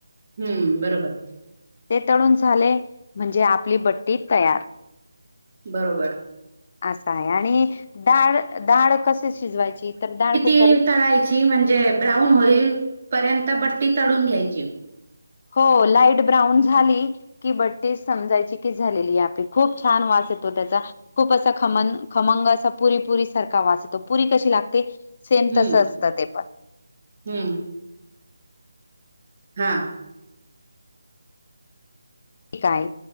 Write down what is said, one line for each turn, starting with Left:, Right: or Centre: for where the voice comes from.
Right: हम्म बरोबर
Left: ते तळून झाले म्हणजे आपली बट्टी तयार
Right: बरोबर
Left: अस आहे आणि डाळ डाळ कसे शिजवायची तर डाळ खूप
Right: ती तळायची म्हणजे ब्राऊन होईल पर्यंत बट्टी तळून घ्यायची
Left: हो लाईट ब्राऊन झाली कि बट्टी समजायची की झालेली आहे आपली खूप छान वास येतो त्याचा खूप असं खम खमंग असं पुरीपुरी सारखा वास येतो पुरी कशी लागते सेम
Right: हम्म
Left: तस असतं ते पण
Right: हम्म हां
Left: ठीक आहे